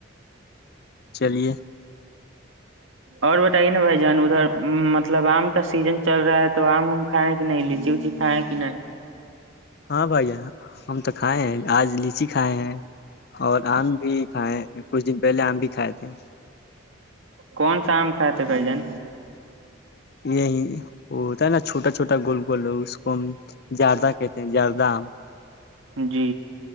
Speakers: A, on the left; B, on the right.
A: چلیے
B: اور بتائیے نا بھائی جان ادھر مطلب آم کا سیزن چل رہا ہے تو آم ام کھائےیں کہ نہیں لچی وچی کھائےیں کہ نہیں
A: ہاں بھیا ہم تو کھائے ہیں آج لیچی کھائے ہیں اور آم بھی کھائے ہیں کچھ دن پہلے آم بھی کھائے تھے
B: کون سا آم کھائے تھے بھائی جن
A: یہ وہ ہوتا ہے نا چھوٹا چھوٹا گول گولو اس کو زیادہ کہتے ہیں جیاد دام <unintelligible>
B: جی